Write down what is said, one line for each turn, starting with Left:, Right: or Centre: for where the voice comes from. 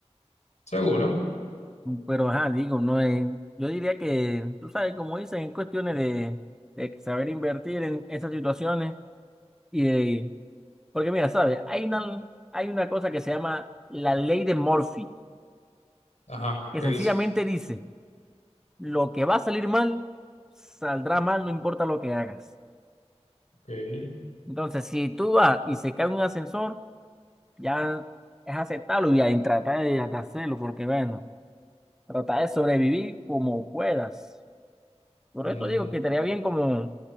Left: seguro.
Centre: pero ajá, digo, no es, yo diría que, tú sabes, como dicen, en cuestiones de, de saber invertir en esas situaciones y de, porque mira, sabes, hay una, hay una cosa que se llama la ley de Murphy,
Left: Ajá,
Centre: que
Left: ¿qué
Centre: sencillamente
Left: dice?
Centre: dice, lo que va a salir mal, saldrá mal, no importa lo que hagas.
Left: Ok.
Centre: Entonces, si tú vas y se cae un ascensor, ya es aceptarlo y ahí trata de, de hacerlo, porque bueno, tratar de sobrevivir como puedas. Por
Left: Mm,
Centre: esto digo que estaría bien como